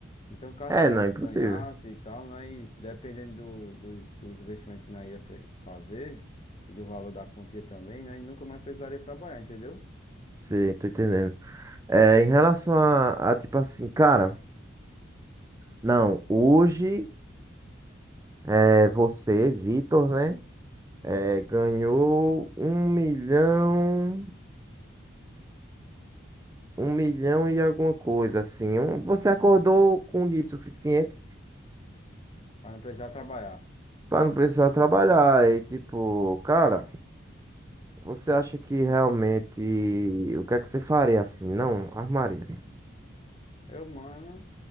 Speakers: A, on the left; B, on the right.
A: Então, caso
B: É,
A: nós
B: não, é impossível.
A: ganhasse e tal, nós, dependendo do- dos, dos investimentos que nós ia fe- fazer e do valor da quantia também, nós nunca mais precisaria trabalhar, entendeu?
B: Sei, tô entendendo. É, em relação a, a, tipo assim, cara, não, hoje. É, você, Vitor, né? É, ganhou um milhão, um milhão e alguma coisa, assim. Um- você acordou com dinheiro suficiente
A: Para não precisar trabalhar.
B: para não precisar trabalhar. E, tipo, cara, você acha que realmente. O que é que você faria assim? Não, armaria.
A: Eu, mano,